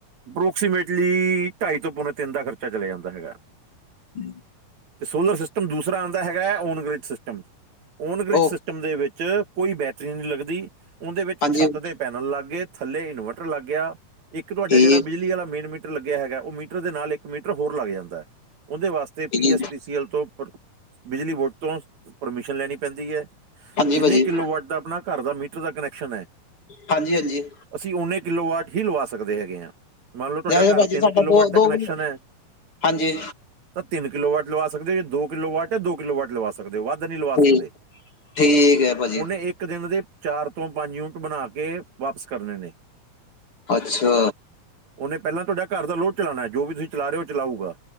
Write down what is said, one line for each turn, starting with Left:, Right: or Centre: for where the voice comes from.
Right: ਅਪਰੋਕਸੀਮੇਟਲੀ ਢਾਈ ਤੋਂ ਤਿੰਨ ਦਾ ਖਰਚਾ ਚੱਲਿਆ ਜਾਂਦਾ ਹੈਗ।
Left: ਹਮ।
Right: ਤੇ ਸੋਲਰ ਸਿਸਟਮ ਦੂਸਰਾ ਆਂਦਾ ਹੈਗਾ ਐ ਔਨਗ੍ਰਿਜ ਸਿਸਟਮ। ਔਨਗ੍ਰਿਜ
Left: ਓ
Right: ਸਿਸਟਮ ਦੇ ਵਿੱਚ ਕੋਈ ਬੈਟਰੀ ਨਹੀਂ ਲੱਗਦੀ ਔਦੇ ਵਿੱਚ
Left: ਹਾਂਜੀ
Right: ਛੱਤ ਦੇ ਪੈਨਲ ਲੱਗ ਗਏ। ਥੱਲੇ ਇਨਵਰਟਰ ਲੱਗ ਗਿਆ। ਕਿ ਤੁਹਾਡਾ
Left: ਠੀਕ
Right: ਜਿਹੜਾ ਬਿਜਲੀ ਵਾਲਾ ਮੇਨ ਮੀਟਰ ਲੱਗਿਆ ਹੈਗਾ। ਔਹ ਮੀਟਰ ਦੇ ਨਾਲ ਇੱਕ ਮੀਟਰ ਹੋਰ ਲੱਗ ਜਾਂਦਾ ਐ। ਉਹਦੇ ਵਾਸਤੇ ਤੇ ਪੀ-ਐਸ
Left: ਜੀ
Right: ਪੀਸੀਐਲ ਤੋਂ ਬਿਜਲੀ ਬੋਰਡ ਤੋਂ ਪਰਮਿਸ਼ਨ ਲੈਨੀ ਪੈਂਦੀ ਐ।
Left: ਹਾਂਜੀ
Right: ਜਿੰਨੇ
Left: ਭਾਜੀ
Right: ਕਿਲੋ ਵਾਟ ਦਾ ਅਪਨਾ ਘਰ ਦਾ ਮੀਟਰ ਦਾ ਕਨੈਕਸ਼ਨ ਐ।
Left: ਹਾਂਜੀ, ਹਂਜੀ।
Right: ਅਸੀਂ ਹੁਨੇ ਕਿੱਲੋ ਵਾਟ ਹੀ ਲਵਾ ਸਕਦੇ ਹੈਗੇ ਆਂ। ਮੰਨ ਲਉ ਤੁਹਾਡਾ
Left: ਜੇ
Right: ਘਰ
Left: ਭਾਜੀ
Right: ਤਿੰਨ
Left: ਸਾਡਾ
Right: ਕਿਲੋ ਵਾਰਟ ਦਾ ਕਨੈਕਸ਼ਨ
Left: ਕਿਲੋ
Right: ਐ।
Left: ਹਾਂਜੀ
Right: ਤਾਂ ਤਿੰਨ ਕਿਲੋ ਵਾਟ ਲਵਾ ਸਕਦੇ, ਦੋ ਕਿਲੋ ਵਟ ਹੈ, ਦੋ ਕਿੱਲੋ ਵਾਟ ਲਵਾ ਸਕਦੇ। ਸਕਦੇ ਵੱਧ ਨਹੀਂ ਲਵਾ ਸਕਦੇ
Left: ਠੀਕ ਠੀਕ ਹੈ ਭਾਜੀ
Right: ਔਨੇ ਇੱਕ ਦਿਨ ਦੇ ਚਾਰ ਤੋਂ ਪੰਜ ਯੂਨਿਟ ਬਨਾਕੇ ਵਾਪਿਸ ਕਰਨੇ ਨੇ।
Left: ਅੱਛਾ।
Right: ਔਨੇ ਪੈਲਾਂ ਤੁਹਾਡੇ ਘਰ ਦਾ ਲੋਡ ਚਲਾਨਾ। ਜੋ ਵੀ ਤੁਸੀਂ ਚਲਾ ਰਹੇ ਔ ਚਲਾਊਗਾ।